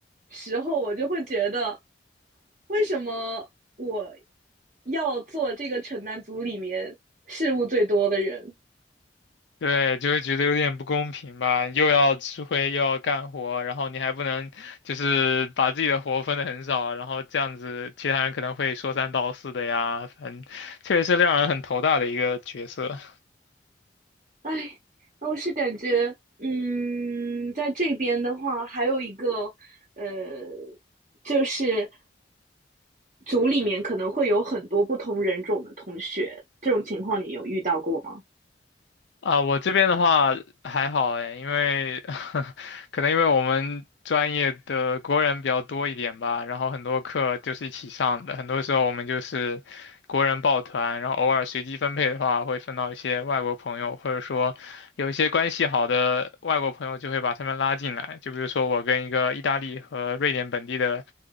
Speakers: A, on the right; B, on the left.
A: 时候，我就会觉得，为什么我要做这个城南组里面事务最多的人？
B: 对，就会觉得有点不公平吧，又要吃灰又要干活，然后你还不能就是把自己的活分的很少，然后这样子其他人可能会说三道四的呀，反正确实是让人很头大的一个角色。
A: 哎，我是感觉，嗯，在这边的话，还有一个，呃，就是组里面可能会有很多不同人种的同学，这种情况你有遇到过吗？
B: 啊，我这边的话还好哎，因为 <laughs> 可能因为我们专业的国人比较多一点吧，然后很多课就是一起上的，很多时候我们就是国人抱团，然后偶尔随机分配的话，会分到一些外国朋友，或者说有一些关系好的外国朋友就会把他们拉进来，就比如说我跟一个意大利和瑞典本地的